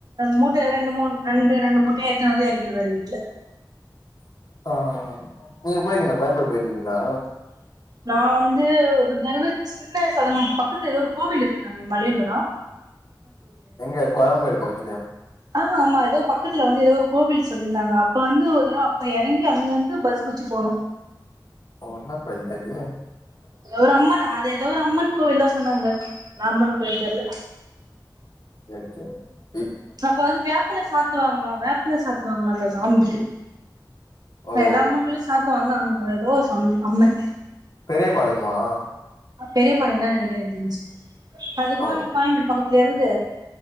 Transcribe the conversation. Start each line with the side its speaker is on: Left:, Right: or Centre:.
Right: மூட்ட ரெண்டு மூன் ரெண்டு ரெண்டு மூட்டையா ஏத்துன்னு வந்து எறக்கிடுவாரு வீட்டுல
Left: ஆஹ் நீங்க போயிருகீங்கலா கோயம்பேடு போயிருக்கீங்களா
Right: நா வந்து ஒரு தருவ சின்ன சேலம் பக்கத்துல ஏதோ ஒரு கோவில் இருக்கு தம்பி மலையனுறா
Left: எங்க கோயம்பேடு பக்கத்துலையா
Right: ஆஹா ஆமா ஏதோ பக்கத்துல வந்து ஏதோ ஒரு கோவில் சொல்லியிருந்தாங்க அப்ப வந்து ஒரு தறவ அப்ப எறங்கி அங்க வந்து பஸ் புட்சி போணோ
Left: ஓ என்ன கோவில் தெர்லியே
Right: அது ஒரு அம்மன் அது எது ஏதோ ஒரு அம்மன் கோவில் தா சொன்னாங்க நா அம்மன் கோயில்ன்னு தெர்ல
Left: செரி
Right: அப்ப வந்து வேப்பல சாத்துவாங்களா ல சாத்துவாங்களா அந்த சாமிக்கு
Left: ஓ
Right: எல்லா அம்மன்களு சாத்து கங்க அங்க ஏதோ சொன்ன அம்மன்
Left: பெரிய பாளையமா
Right: பெரிய பாளையம் தான நெனைக்கிறே எனக்கு தெரிஞ்சி அதுக்கோ
Left: ஓ
Right: எங்க கோயம்பேடு பக்கத்துல இங்கயா கீது